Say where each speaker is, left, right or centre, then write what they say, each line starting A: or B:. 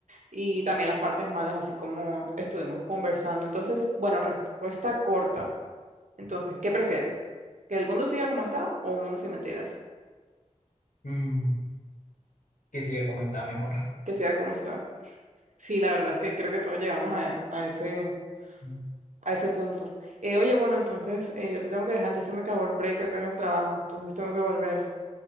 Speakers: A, on the right; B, on the left.
A: y también las partes malas, así como estuvimos conversando. Entonces, bueno, respuesta corta. Entonces, ¿qué prefieres? ¿Que el mundo siga como está o un mundo sin mentiras?
B: Mm, que siga como está mejor.
A: Que siga como está. Sí, la verdad es que creo que todos llegamos a, a ese.
B: <laughs>
A: a ese punto. Eh, oye, bueno, entonces eh, yo te tengo que dejar, ya se me acabó el break acá en el trabajo, entonces tengo que volver.